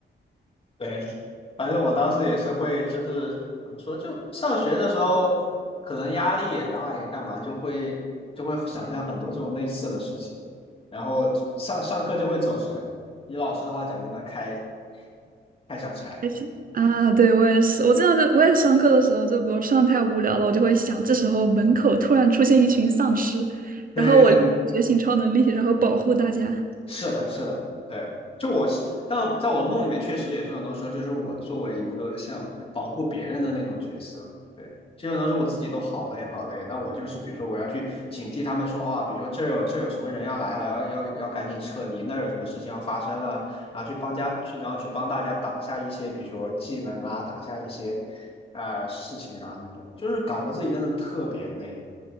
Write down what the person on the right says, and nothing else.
也是 <laughs> 啊，对，我也是。我经常就我也上课的时候，就比如上得太无聊了，我就会想，这时候门口突然出现一群丧尸，
然后我立马觉醒超能力，然后保护大家。